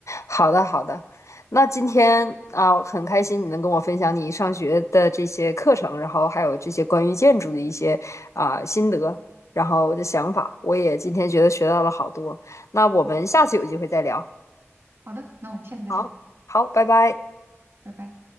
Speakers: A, on the left; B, on the right.
A: 好的好的，那今天啊，很开心你能跟我分享你上学的这些课程，然后还有这些关于建筑的一些啊心得，然后我的想法，我也今天觉得学到了好多。那我们下次有机会再聊。
B: 好的，那我们下次再聊，
A: 好，好，拜拜。
B: 拜拜。